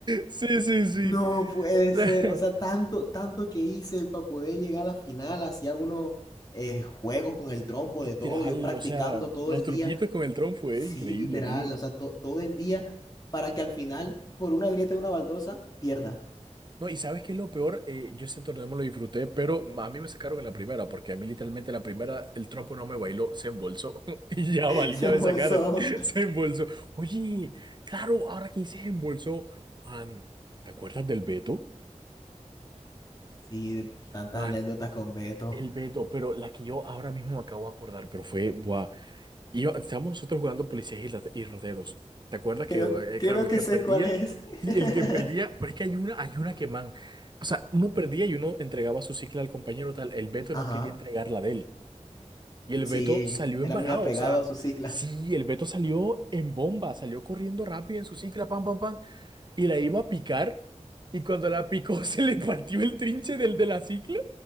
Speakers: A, on the right (about 35°); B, on the left (about 30°).
A: Sí, sí, sí.
B: no puede
A: <laughs>
B: ser, o sea, tanto, tanto que hice para poder llegar a la final, hacía unos eh, juegos con el trompo
A: Literal,
B: de todo, yo practicando
A: o sea,
B: todo
A: los
B: el
A: truquitos
B: día
A: con el Tron fue
B: Sí,
A: increíble,
B: literal,
A: tío.
B: o sea, to- todo el día para que al final, por una grieta de una baldosa, pierda.
A: No, y ¿sabes qué es lo peor? Eh, yo ese torneo me lo disfruté, pero a mí me sacaron en la primera, porque a mí literalmente en la primera el trompo no me bailó, se embolsó. <laughs> Y ya valí,
B: <laughs> Se
A: ya
B: embolsó.
A: me sacaron. <laughs> Se embolsó. Oye, claro, ahora que dices embolsó, man, ¿te acuerdas del Beto?
B: Sí, tantas
A: Man,
B: anécdotas con Beto.
A: el Beto, pero la que yo ahora mismo me acabo de acordar, pero fue, buah. Y yo- estábamos nosotros jugando policías y, late- y rateros. ¿Te acuerdas
B: Creo,
A: que, eh, eh,
B: creo
A: claro, el
B: que
A: que
B: sé
A: perdía,
B: cuál es. <laughs>
A: sí, el que perdía, pero es que hay una, hay una que, man, o sea, uno perdía y uno entregaba su cicla al compañero tal, el Beto
B: Ajá,
A: no quería entregar la de él. Y el
B: sí,
A: Beto salió
B: era
A: embalado,
B: muy apegado
A: o sea,
B: a su cicla.
A: sí,
B: <laughs>
A: el Beto salió en bomba, salió corriendo rápido en su cicla, pam, pam, pam, y la iba a picar, y cuando la picó <laughs> se le partió el trinche del de la cicla